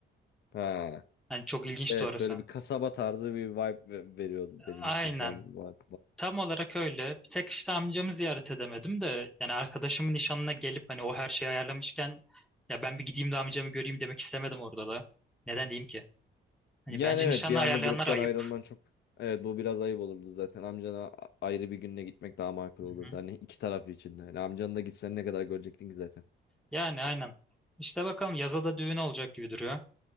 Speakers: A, on the left; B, in the centre.
A: Ha.
B: Yani çok ilginçti
A: İşte evet
B: orası.
A: böyle bir kasaba tarzı bir vibe ve- veriyordu benim
B: Aynen.
A: için şu an Van.
B: Tam olarak öyle. Bir tek işte amcamı ziyaret edemedim de yani arkadaşımın nişanına gelip hani o her şeyi ayarlamışken ya ben bir gideyim de amcamı göreyim demek istemedim orada da. Neden diyeyim ki? Hani
A: Yani
B: bence
A: evet
B: nişanı
A: bir anda
B: ayarlayanlar
A: gruptan
B: ayıp.
A: ayrılman çok evet bu biraz ayıp olurdu zaten. Amcana a- ayrı bir günle gitmek daha makul
B: Hı
A: olurdu.
B: hı.
A: Hani iki taraf için de. Hani amcanı da gitsen ne kadar görecektin ki zaten.
B: Yani aynen. İşte bakalım yaza da düğün olacak gibi duruyor.